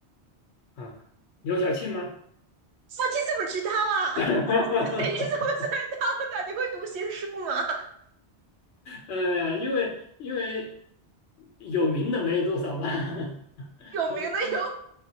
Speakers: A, on the left; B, on the right.
A: 啊，刘晓庆吗？
B: 哇，你怎么知道啊？<laughs>
A: <laughs>
B: 你怎么猜到的？你会读心术吗？
A: 呃，因为因为有名的没有多少吧，<laughs>
B: <laughs> 有名的有
A: 或者现在